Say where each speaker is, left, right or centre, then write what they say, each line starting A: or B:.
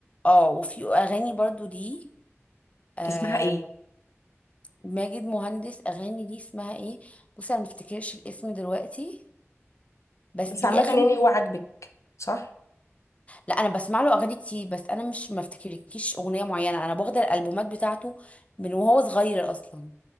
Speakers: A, on the left (about 30°); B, on the left (about 85°).
A: اه وفي أغاني برضه دي أه
B: اسمها إيه
A: ماجد مهندس أغاني دي اسمها ايه بصي أنا مفتكرش الاسم دلوقتي بس
B: بس عامة
A: ليه أغاني
B: يعني هو عاجبك صح؟
A: لا أنا بسمع له أغاني كتير بس أنا مش مفتكرلكيش أغنية معينة أنا باخد الألبومات بتاعته من وهو صغير أصلا